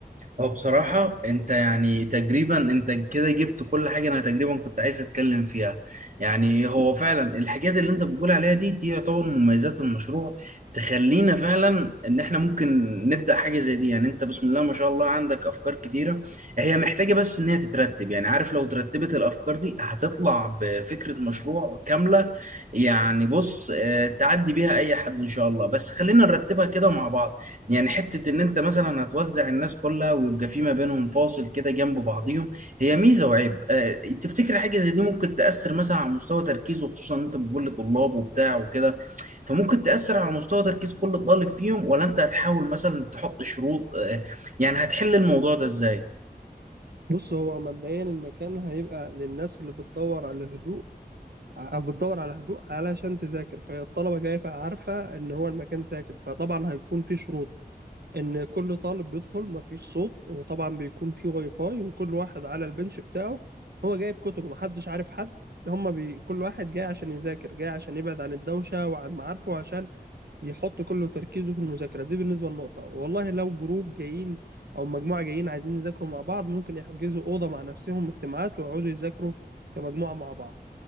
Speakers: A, on the right (about 50°); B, on the right (about 75°).
A: هو بصراحة انت يعني تقريبا انت كده جبت كل حاجة انا تقريبا كنت عايز اتكلم فيها يعني هو فعلا الحاجات اللي انت بتقول عليها دي دي يعتبر مميزات المشروع تخلينا فعلا ان احنا ممكن نبدأ حاجة زي دي يعني انت بسم الله ما شاء الله عندك افكار كتيرة هي محتاجة بس ان هي تترتب يعني عارف لو ترتبت الافكار دي هتطلع بفكرة مشروع كاملة يعني بص اه، تعدي بيها اي حد ان شاء الله بس خلينا نرتبها كده مع بعض يعني حتة ان انت مثلا هتوزع الناس كلها ويبقى في ما بينهم فاصل كده جنب بعضيهم هي ميزة وعيب آه، تفتكر حاجة زي دي ممكن تأثر مثلا على مستوى تركيزه خصوصا انت بتقول لطلاب وبتاع وكده فممكن تأثر على مستوى تركيز كل طالب فيهم ولا انت هتحاول مثلا تحط شروط آه، يعني هتحل الموضوع ده ازاي؟
B: بص هو مبدئيا المكان هيبقى للناس اللي بتدور على هدوء أو بتدور على هدوء علشان تذاكر فهي الطلبة جاية عارفة إن هو المكان ساكت فطبعا هيكون في شروط ان كل طالب بيدخل مفيش صوت وطبعا بيكون في واي فاي وكل واحد على البنش بتاعه هو جايب كتبه محدش عارف حد هما بي... كل واحد جاي عشان يذاكر جاي عشان يبعد عن الدوشة وعن معارفه عشان يحط كله تركيزه في المذاكرة دي بالنسبة للنقطة والله لو جروب جايين او مجموعة جايين عايزين يذاكروا مع بعض ممكن يحجزوا أوضة مع نفسهم اجتماعات ويقعدوا يذاكروا كمجموعة مع بعض